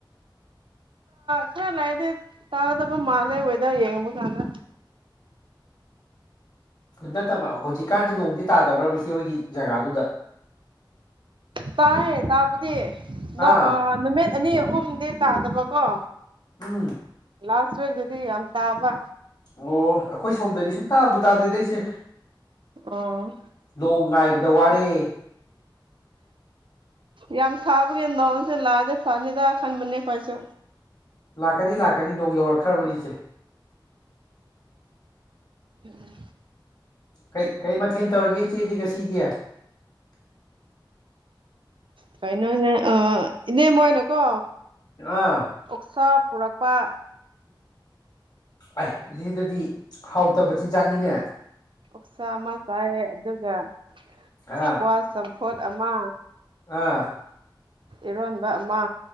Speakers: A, on the right; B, on the left.
A: ꯈꯔ ꯂꯥꯏꯗꯤ ꯇꯥꯒꯗꯕ ꯃꯥꯜꯂꯦ ꯋꯦꯗꯔ ꯌꯦꯡꯕ ꯀꯥꯟꯗ
B: ꯅꯠꯇꯕ ꯍꯧꯖꯤꯛꯀꯥꯟꯗꯤ ꯅꯣꯡꯗꯤ ꯇꯥꯗꯕ꯭ꯔꯕ ꯏ ꯁꯤꯦ ꯍꯣꯏꯒꯤ ꯖꯒꯥꯗꯨꯗ
A: ꯇꯥꯏꯌꯦ ꯇꯥꯕꯨꯗꯤ
B: ꯑꯥ
A: ꯅ ꯅꯨꯃꯤꯠ ꯑꯅꯤ ꯑꯍꯨꯝꯗꯤ ꯇꯥꯗꯕꯀꯣ
B: ꯎꯝ
A: ꯂꯥꯁꯁ ꯑꯣꯏꯒꯗꯗꯤ ꯑꯝ ꯇꯕ
B: ꯑꯣ ꯑꯩꯈꯣꯏ ꯁꯣꯝꯗꯗꯤ ꯁꯨꯡ ꯇꯥꯕꯨ ꯇꯥꯗ꯭ꯔꯦꯗꯩꯁꯦ
A: ꯑꯣ
B: ꯅꯣꯡ ꯉꯥꯏꯕꯗ ꯋꯥꯔꯦ
A: ꯌꯥꯝ ꯊꯥꯕꯒꯤ ꯅꯣꯡꯁꯦ ꯂꯥꯛꯑꯗꯤ ꯐꯅꯤꯗ ꯈꯟꯕꯅꯦ ꯑꯩꯈꯣꯏꯁꯨ
B: ꯂꯥꯛꯀꯅꯤ ꯂꯥꯛꯀꯅꯤ ꯅꯣꯡ ꯌꯧꯔꯛꯈ꯭ꯔꯕꯅꯤ ꯏꯆꯦ
A: ꯎꯝ
B: ꯀꯩ ꯀꯔꯤ ꯃꯊꯦꯜ ꯇꯧꯔꯒꯦ ꯆꯦꯗꯤ ꯉꯁꯤꯒꯤ
A: ꯀꯥꯏꯩꯅꯣꯅꯦ ꯑ ꯏꯅꯦ ꯃꯣꯏꯅꯀꯣ
B: ꯑꯥ
A: ꯑꯣꯛꯁꯥ ꯄꯨꯔꯛꯄ
B: ꯑꯦ ꯁꯤꯗꯗꯤ ꯍꯥꯎꯇꯕ ꯆꯤꯟꯖꯥꯛꯅꯤꯅꯦ
A: ꯑꯣꯛꯁꯥ ꯑꯃ ꯀꯥꯏ ꯑꯗꯨꯒ
B: ꯑꯥ
A: ꯏꯁꯀ꯭ꯋꯥꯁ ꯆꯝꯐꯣꯠ ꯑꯃ
B: ꯑꯥ
A: ꯏꯔꯣꯟꯕ ꯑꯃ